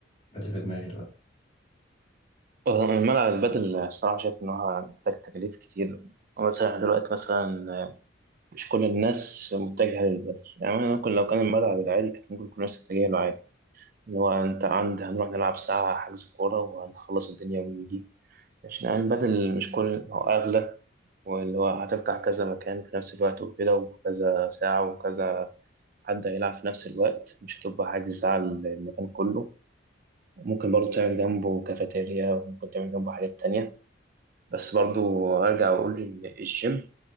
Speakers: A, on the left; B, on the right.
A: ده اللي في دماغي دلوقتي
B: آه، الملعب البدل الصراحة شايف إن هو محتاج تكاليف كتير مثلا إحنا دلوقتي مثلا آه، مش كل الناس متجهة للبدل يعني ممكن لو كان الملعب العادي كانت ممكن كل الناس تتجه له عادي. اللي هو انت عند هنروح نلعب ساعة حجز كورة وهنخلص الدنيا ونيجي عشان يعني البدل مش كل هو أغلى واللي هو هتفتح كذا مكان في نفس الوقت وكده وكذا ساعة وكذا حد هيلعب في نفس الوقت مش هتبقى حجز ساعة المكان كله ممكن برضو تعمل جنبه كافيتيريا وممكن تعمل جنبه حاجات تانية بس برضو أرجع وأقول إن الجيم